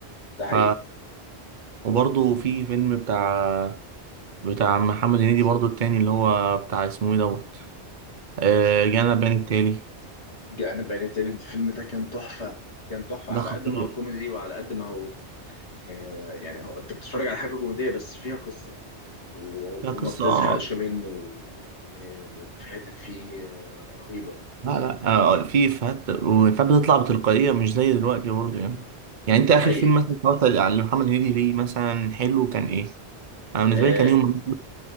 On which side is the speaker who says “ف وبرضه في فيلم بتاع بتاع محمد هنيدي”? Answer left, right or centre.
Right